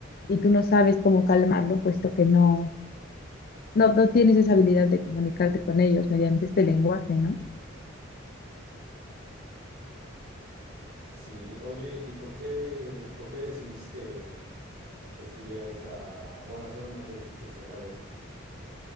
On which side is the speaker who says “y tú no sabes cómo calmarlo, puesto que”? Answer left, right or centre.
Left